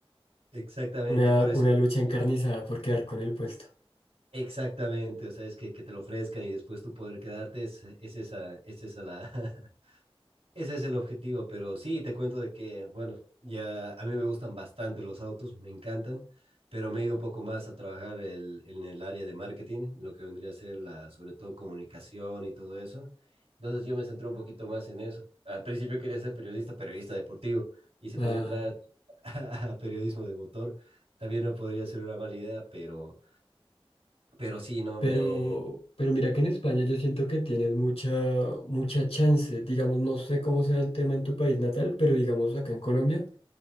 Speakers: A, on the right (about 90°); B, on the left (about 80°).
A: Exactamente,
B: una,
A: por eso.
B: una lucha encarnizada
A: eh,
B: por quedar con el puesto.
A: Exactamente, o sea, es que, que te lo ofrezcan y después tú poder quedarte, es, es esa, es esa la, <laughs> Ese es el objetivo, pero sí, te cuento de que, bueno, ya a mí me gustan bastante los autos, me encantan, pero me he ido un poco más a trabajar el- en el área de marketing, en lo que vendría a ser la, sobre todo comunicación y todo eso. Entonces yo me centré un poquito más en eso. Al principio quería ser periodista, periodista deportivo, y si
B: Ah,
A: podía entrar <laughs> a periodismo de motor, también no podría ser una mala idea, pero, pero sí, no
B: pero,
A: me...
B: pero mira que en España yo siento que tienes mucha, mucha chance. Digamos, no sé cómo sea el tema en tu país natal, pero digamos acá en Colombia,